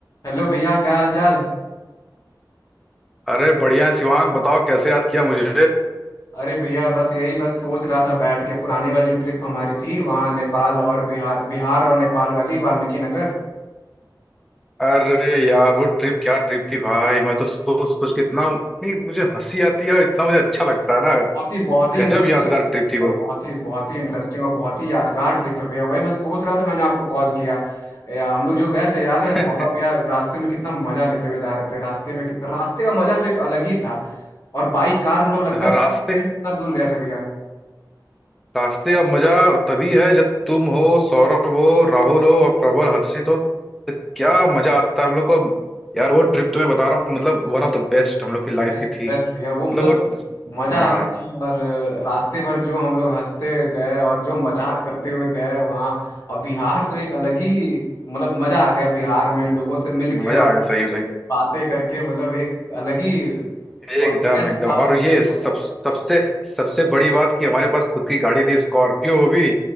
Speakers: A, on the left (about 50°); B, in the centre.
A: हेलो भैया क्या हाल चाल
B: अरे बढ़िया है शिवांग बताओ कैसे याद किया मुझे
A: अरे भैया बस यही बस सोच रहा था बैठ के पुरानी वाली जो ट्रिप हमारी थी वहाँ नेपाल और बिहार बिहार और नेपाल वाली वाल्मीकि नगर
B: अरे यार वो ट्रिप क्या ट्रिप थी भाई मैं तो सोच सोच के इतना इतनी मुझे हंसी आती है और इतना मुझे अच्छा लगता है ना
A: बहुत ही बहुत ही इंटरेस्टिंग
B: गजब यादगार
A: ट्रिप
B: ट्रिप
A: थी भैया
B: थी वो
A: बहुत ही बहुत ही इंटरेस्टिंग और बहुत ही यादगार ट्रिप है भैया वही मैं सोच रहा था मैंने आपको कॉल किया ए, हम लोग जो गए थे याद
B: <laughs>
A: है सौरभ भैया रास्ते में कितना मजा लेते हुए जा रहे थे रास्ते में कितना रास्ते का मजा तो एक अलग ही था और बाई कार हम लोग लगता
B: हाँ,
A: है फर्स्ट
B: रास्ते
A: टाइम इतना दूर गए थे भैया
B: रास्ते का मजा तभी है जब तुम हो सौरभ हो राहुल हो और प्रबल हर्षित हो तो क्या मजा आता है हम लोग को यार वो ट्रिप तो मैं बता रहा हूँ मतलब वन ऑफ द बेस्ट हम लोग की लाइफ
A: बेस्ट
B: की थी
A: बेस्ट भैया
B: मतलब
A: वो मतलब
B: वो
A: मजा
B: हाँ
A: आ गया था और अ, रास्ते भर जो हम लोग हंसते गए और जो मजाक करते हुए गए वहाँ अब बिहार तो एक अलग ही मतलब मजा आ गया बिहार में लोगों से मिलके
B: मजा
A: और
B: आ गया सही है, सही
A: बातें करके मतलब एक अलग ही कॉन्फिडेंट
B: एकदम एकदम
A: था और
B: और
A: अलग
B: ये
A: ही मजा
B: सब
A: था
B: सबसे सबसे बड़ी बात कि हमारे पास खुद की गाड़ी थी स्कॉर्पियो वो भी